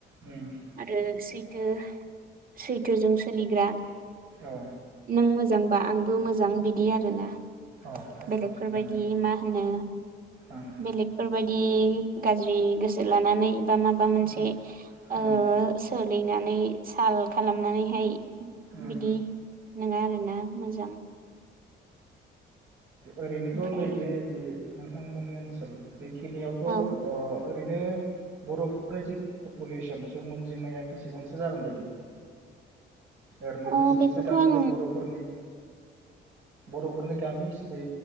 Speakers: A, on the right; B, on the right.
A: उम
B: आरो सै <inaudible> सैथोजों सोलिग्रा
A: औ।
B: नों मोजांबा आंबो मोजां बिदि आरोना।
A: औ औ
B: बेलेगफोरबायदि
A: थिगानो
B: मा होनो
A: ओं
B: बेलेगफोरबायदि गाज्रि गोसो लानानै बा माबामोनसे
A: उम उम
B: ओ सोर लैनानै साल खालामनानैहाय
A: उम
B: बिदि नोंङा आरोना। मोजां।
A: ओरैनोथ‌'
B: ओमफ्राय
A: नैबे जि नोंथांमोननि ओनसोल बेखिनियावथ' ओ
B: औ
A: ओरैनो बर'फोरनि जि पपुलेसन सुबुं अनजिमाया बेसेबांसो जागोन बायदि? ओरैनो
B: अ
A: बेसेबांसो
B: बेखौथ'
A: गामि
B: आं
A: दं बर'फोरनि बर'फोरनि गामि बे